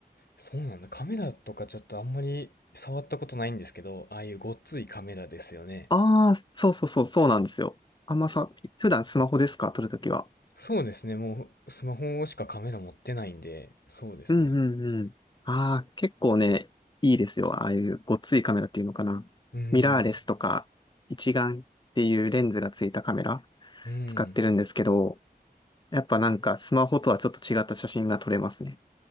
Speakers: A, on the left; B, on the left.
A: そうなんだ。カメラとかちょっとあんまり触ったことないんですけど、ああいうごっついカメラですよね。
B: ああ、そうそうそう、そうなんですよ。あんまさ、普段スマホですか撮るときは。
A: そうですね。もうスマホしかカメラ持ってないんで、そうですね。
B: うんうんうん。ああ、結構ね、いいですよ。ああいうごっついカメラっていうのかな。
A: うん、
B: ミラーレスとか、一眼っていうレンズがついたカメラ。
A: うん。
B: 使ってるんですけど、やっぱなんかスマホとはちょっと違った写真が撮れますね。